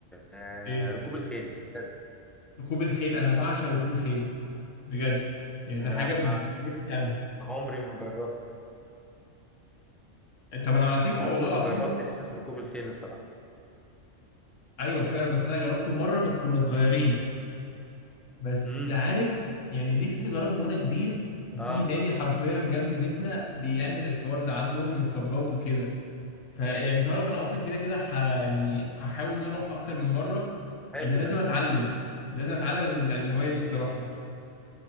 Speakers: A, in the centre; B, on the left.
A: آه،
B: ايه
A: ركوب الخيل بجد
B: ركوب الخيل انا بعشق ركوب الخيل بجد يعني
A: انا
B: ده حاجه م- نفسي اعملها
A: عمري ما جربت
B: طب انا على فكره
A: عمري
B: والله العظيم
A: ما جربت احساس ركوب الخيل الصراحة
B: ايوه فعلا بس انا جربته مره بس كنا صغيرين بس
A: امم
B: عارف يعني نفسي اجربه وانا كبير وفي
A: اه
B: نادي حرفيا جنب بيتنا بيعمل الحوار ده عندهم اسطبلات وكده فيعني تعرف انا اصلا كده كده ح- يعني هحاول ان انا اروح اكتر من مره
A: حلو
B: ان أنا لازم
A: ده
B: اتعلم لازم اتعلم ال- الهوايه دي بصراحه